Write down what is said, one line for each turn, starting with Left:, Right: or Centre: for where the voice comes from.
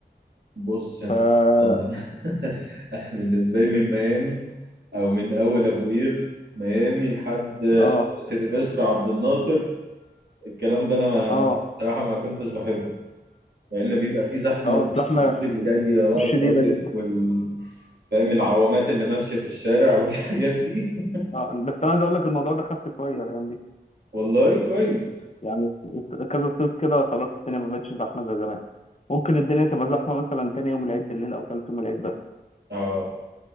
Right: بص انت
Left: ف
Right: طبعاً. <laughs> انا بالنسبه لي من ميامي او من اول ابو قير ميامي لحد
Left: اه
Right: سيدي بشر عبد الناصر الكلام ده انا ما
Left: اه
Right: بصراحه ما كنتش بحبه لان بيبقى فيه زحمه
Left: اه الزحمه
Right: وناس كتير اللي جايه بقى
Left: شديده
Right: تصيف
Left: جدا
Right: وال فاهم العوامات اللي ماشيه في الشارع والحاجات دي <laughs>
Left: اه بس انا عايز اقول لك الموضوع ده خف شويه الايام دي
Right: والله كويس
Left: يعني كذا صيف كده خلاص الدنيا ما بقتش زحمه زي زمان ممكن الدنيا تبقى زحمه مثلا تاني يوم العيد بالليل او تالت يوم العيد
Right: اه